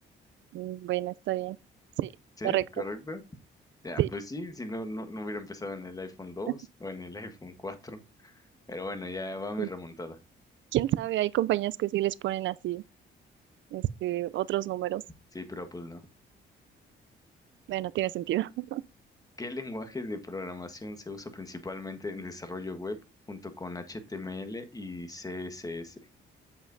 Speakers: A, on the right; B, on the left.
A: Mm, Bueno, está bien. Sí,
B: ¿sí?
A: correcto.
B: ¿Correcto? Ya,
A: Sí.
B: pues sí, si no, no, no hubiera empezado en el iPhone dos
A: <laughs>
B: o en el iPhone cuatro, pero bueno, ya va mi
A: Sí.
B: remontada,
A: ¿Quién sabe? Hay compañías que sí les ponen así, este, otros números.
B: sí, pero pues no.
A: Bueno, tiene sentido. <laughs>
B: ¿Qué lenguaje de programación se usa principalmente en desarrollo web junto con HTML y CSS?